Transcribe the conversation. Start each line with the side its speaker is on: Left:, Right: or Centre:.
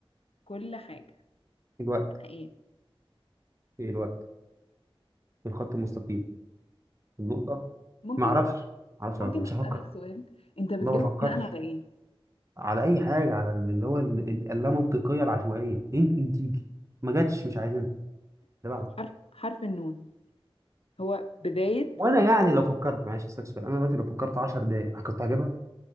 Left: كل حاجة
Right: الوقت
Left: أنا إيه
Right: إيه الوقت الخط المستقيم النقطة
Left: ممكن
Right: ما أعرفش ما أعرفش
Left: ممكن
Right: أبقى مش
Left: أسألك
Right: هفكر
Left: سؤال أنت بتجاوب
Right: ما بفكرش
Left: بناء على إيه؟
Right: على أي حاجة على اللي هو ال- ال- اللامنطقية العشوائية يمكن تيجي ما جاتش مش عايزينها اللي بعده
Left: حرف حرف النون هو بداية
Right: وأنا يعني
Left: كلمة
Right: لو فكرت معلش استكفى أنا دلوقتي لو فكرت 10 دقايق كنت هجيبها